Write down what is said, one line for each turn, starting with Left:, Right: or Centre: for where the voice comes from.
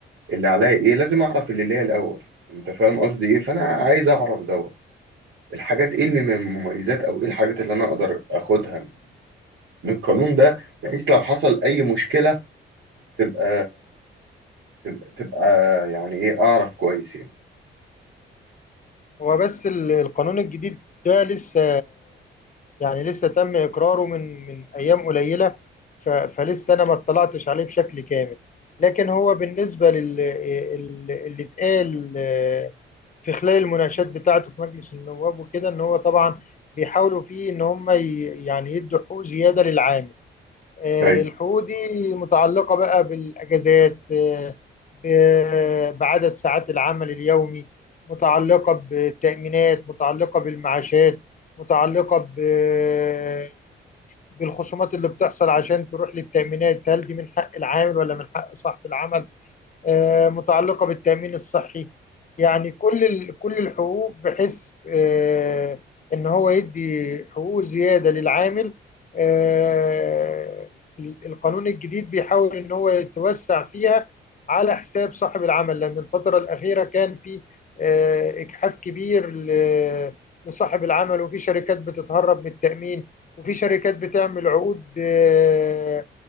Right: اللي عليا ايه لازم اعرف اللي ليا الاول انت فاهم قصدي ايه فانا عايز اعرف دوت الحاجات ايه الم- المميزات او ايه الحاجات اللي انا اقدر اخدها من القانون ده بحيث لو حصل اي مشكلة تبقى تبقى, تبقى يعني ايه اعرف كويس يعني
Left: هو بس ال- القانون الجديد ده لسه يعني لسه تم إقراره من من أيام قليلة ف- فلسه أنا ما اطلعتش عليه بشكل كامل لكن هو بالنسبة لل ال- اللي اتقال آه، في خلال المناقشات بتاعته في مجلس النواب وكده إن هو طبعا بيحاولوا فيه إن هم ي- يعني يدوا حقوق زيادة للعامل آه،
Right: طيب.
Left: الحقوق دي متعلقة بقى بالأجازات آه، ب- بعدد ساعات العمل اليومي متعلقة بالتأمينات متعلقة بالمعاشات متعلقة ب- بالخصومات اللي بتحصل عشان تروح للتأمينات هل دي من حق العامل ولا من حق صاحب العمل آه، متعلقة بالتأمين الصحي يعني كل ال- كل الحقوق بحيث آه، إن هو يدي حقوق زيادة للعامل آه، ال- القانون الجديد بيحاول إن هو يتوسع فيها على حساب صاحب العمل لأن الفترة الأخيرة كان في آه، إجحاف كبير ل- لصاحب العمل وفي شركات بتتهرب من التأمين وفي شركات بتعمل عقود آه،